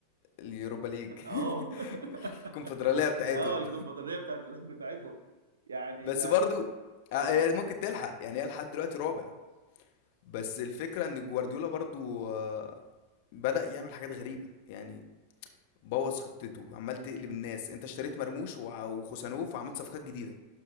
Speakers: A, on the left; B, on the right.
A: اليوروبا ليج <laughs>
B: اه <laughs>
A: الكونفدراليه بتاعتهم
B: اه الكونفدراليه بتاعت بتاعتهم يعني
A: بس
B: ده
A: برضو
B: اه
A: آه، هي ممكن تلحق يعني هي لحد دلوقتي رابع بس الفكره ان جوارديولا برضو آه، بدأ يعمل حاجات غريبه يعني بوظ خطته عمال تقلب الناس انت اشتريت مرموش وع- وخوسانوف وعملت صفقات جديده